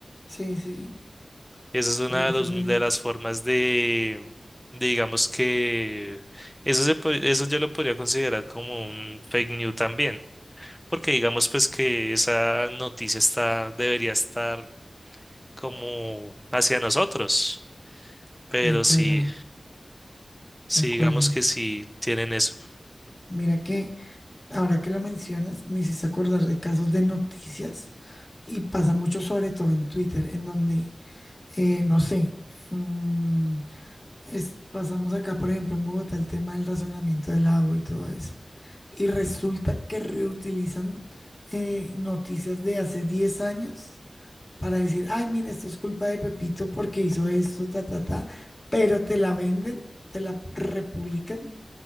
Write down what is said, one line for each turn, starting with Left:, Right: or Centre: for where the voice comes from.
Left: Sí, sí,
Centre: Esa es
Left: suele
Centre: una
Left: suceder.
Centre: de, los- de las formas de, de, digamos que eso, se, po- eso yo lo podría considerar como un fake news también, porque digamos pues que esa noticia está, debería estar como hacia nosotros, pero
Left: De acuerdo,
Centre: sí, sí
Left: de acuerdo.
Centre: digamos que sí tienen eso,
Left: Mira que... Ahora que lo mencionas, me hiciste acordar de casos de noticias y pasa mucho sobre todo en Twitter, en donde, eh, no sé, mm, es- pasamos acá, por ejemplo, en Bogotá, el tema del razonamiento del agua y todo eso. Y resulta que reutilizan eh, noticias de hace 10 años para decir, ay, mira, esto es culpa de Pepito porque hizo esto, ta, ta, ta, pero te la venden, te la republican